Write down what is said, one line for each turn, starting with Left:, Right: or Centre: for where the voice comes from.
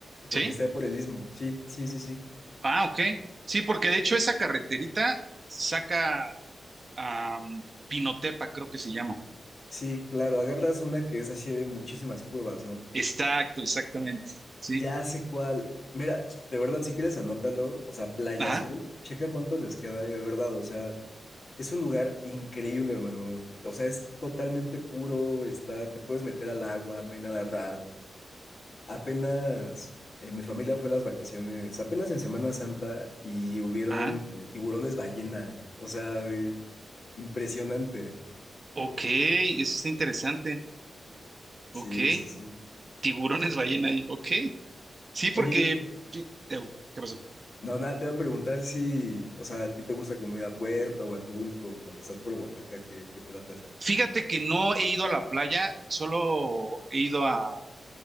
Left: porque
Right: ¿Sí?
Left: está por el istmo. Sí, sí, sí, sí.
Right: Ah, ok. Sí, porque de hecho esa carreterita saca a Pinotepa, creo que se llama.
Left: Sí, claro, agarras una que es así de muchísimas curvas, ¿no?
Right: Exacto, exactamente. Sí.
Left: Ya sé cuál. Mira, de verdad, si quieres, anótalo. O sea, Playa
Right: Ajá,
Left: Azul, checa cuánto les queda. Y de verdad, o sea, es un lugar increíble, hermano. O sea, es totalmente puro, está, te puedes meter al agua, no hay nada raro. Apenas eh, mi familia fue a las vacaciones, apenas en Semana Santa, y hubieron
Right: ajá.
Left: eh, tiburones ballena. O sea, de- impresionante.
Right: Ok, eso está interesante.
Left: Sí,
Right: Ok.
Left: sí, sí.
Right: Tiburones ballena ahí. Ok. Sí, porque...
Left: Oye,
Right: sí, Ew, ¿qué pasó?
Left: no, nada, te voy a preguntar si, o sea, ¿a ti te gusta como ir a Puerto o a Tulco cuando estás por Oaxaca? ¿Qué, qué te late hacer?
Right: Fíjate que no he ido a la playa, solo he ido a,